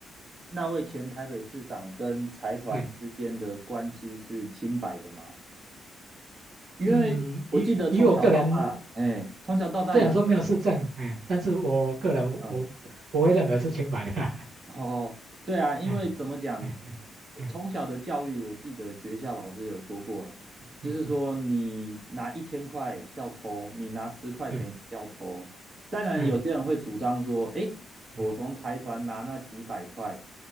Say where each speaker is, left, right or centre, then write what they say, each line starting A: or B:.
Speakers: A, on the right; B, on the right.
A: 那位前台北市长跟财团之间的关系是清白的吗？
B: 对，
A: 因为我记得从小到大，
B: 嗯，以以我个人
A: 哎，从小到大有一个，
B: 虽然说没有事证，哎，但是我个人我不会认为是清白的啊。
A: 嗯，
B: <laughs>
A: 哦，对啊，因为怎么讲，
B: 哎哎哎哎哎哎
A: 呃从小的教育，我记得学校老师有说过啦，就是说你拿一千块叫偷，
B: 嗯嗯，
A: 你拿十块钱叫偷。
B: 对
A: 当然，
B: 对，
A: 有些人会主张说，哎，我从财团拿那几百块，
B: 哎